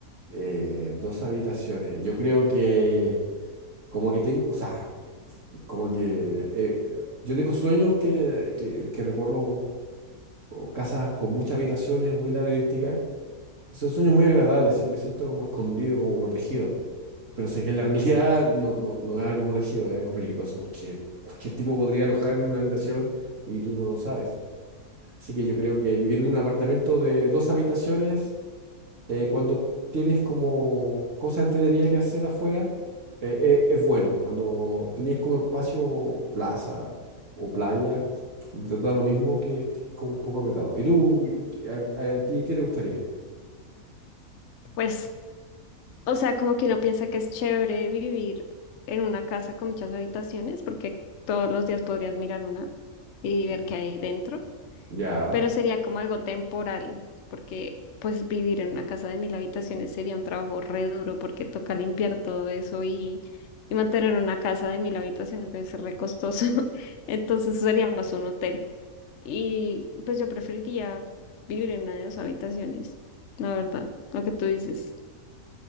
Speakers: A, on the right; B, on the left.
A: eh, dos habitaciones. Yo creo que como que tengo, o sea, como que eh, yo tengo sueños que, que, que recorro o casas con muchas habitaciones muy laberínticas Son sueños muy agradables, sí, me siento como escondido, como protegido. Pero sé que en la <laughs> realidad no, no, no es algo protegido, es algo peligroso, porque cualquier tipo podría alojar en una habitación y tú no lo sabes. Así que yo creo que vivir en un apartamento de dos habitaciones, eh, cuando tienes como cosas entretenidas que hacer afuera, eh, eh, es bueno. Cuando tienes como espacio, plaza o playa, te da lo mismo que estés como un poco apretado. ¿Y tú, a, a ti, qué te gustaría?
B: Pues, o sea, como que uno piensa que es chévere vivir en una casa con muchas habitaciones porque todos los días podrías mirar una y ver
A: Mm,
B: qué hay dentro.
A: Ya.
B: pero sería como algo temporal, porque pues vivir en una casa de mil habitaciones sería un trabajo re duro porque toca limpiar todo eso y, y mantener una casa de mil habitaciones debe ser re costoso. <laughs> Entonces sería más un hotel. Y pues yo preferiría vivir en una de dos habitaciones, la verdad, lo que tú dices.